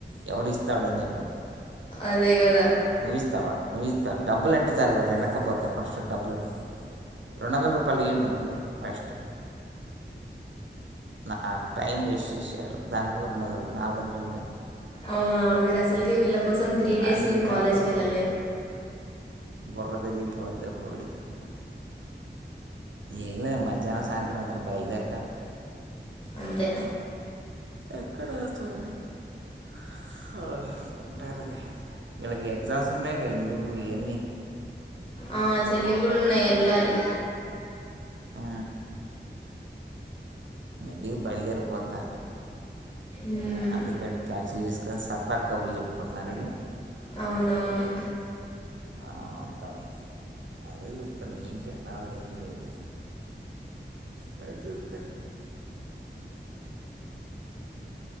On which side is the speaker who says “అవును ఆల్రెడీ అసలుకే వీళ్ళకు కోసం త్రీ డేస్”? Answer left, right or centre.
Left